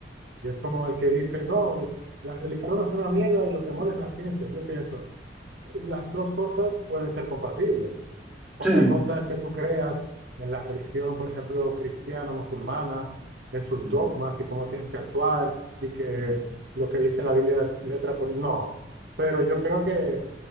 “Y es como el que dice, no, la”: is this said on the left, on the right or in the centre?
Right